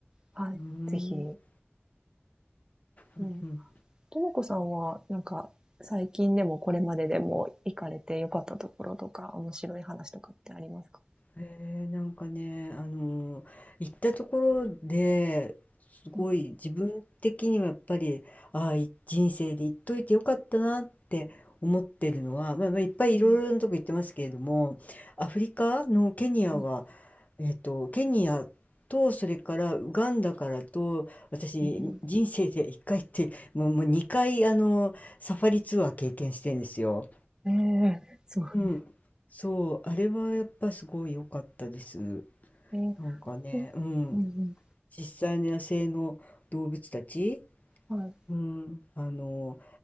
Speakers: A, on the right; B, on the left.
A: はい、
B: うーん。
A: ぜひ。
B: うん。
A: うん。ともこさんは、なんか、最近でもこれまででも行かれて良かったところとか、面白い話とかってありますか
B: えー、なんかね、あのー行ったところですごい自分的にはやっぱり、
A: うん、
B: ああ、い人生で行っといてよかったなって思ってるのは、まあ、まあいっぱいいろいろなとこ行ってますけれども、
A: うん、
B: アフリカのケニアは
A: はい、
B: えっと、ケニアと、それからウガンダからと、私、
A: うん。
B: 人生で1回って、もう、もう2回、あの、サファリツアー経験してるんですよ。
A: ええそう
B: うん。そう、あれはやっぱすごい良かったです。
A: ええ
B: なんかね、
A: うん、
B: うん。
A: うん、
B: 実際の野生の動物たち、
A: うん、はい。
B: うん、あの、